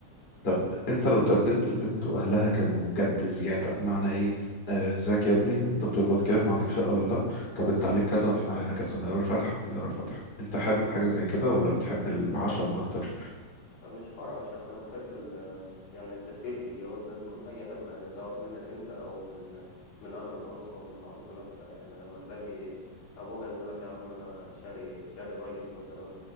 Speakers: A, on the left; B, on the left.
A: طب انت لو تقدمت لبنت واهلها كانوا جد زيادة بمعنى ايه آه، ازيك يا ابني انت بتقبض كام وعندك شقه ولا لا طب انت عليك كذا واحنا علينا كذا نقرا الفاتحه نقرا الفاتحه انت حابب حاجه زي كده ولا بتحب
B: لا
A: العشم
B: لا
A: اكتر
B: مش حوار عشان انا بحب ال يعني التسهيل في الجواز ده بيكون حاجة حلوة يعني سواء منك انت او من من اهل العروسة ومن العروسة نفسها يعني لما تلاقي ابوها يقول لك يا عم انا شاري شاري راجل مثلا